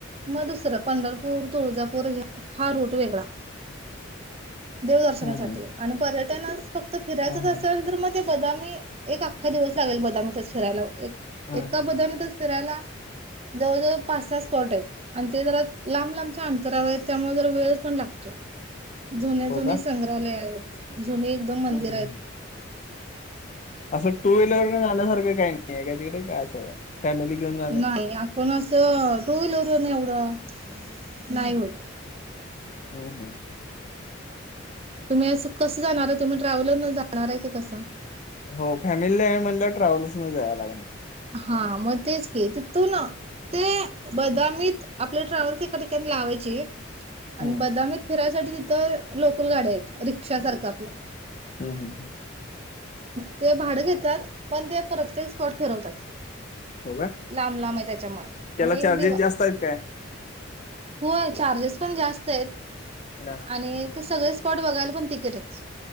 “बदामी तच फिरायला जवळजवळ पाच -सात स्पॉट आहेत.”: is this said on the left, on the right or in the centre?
Right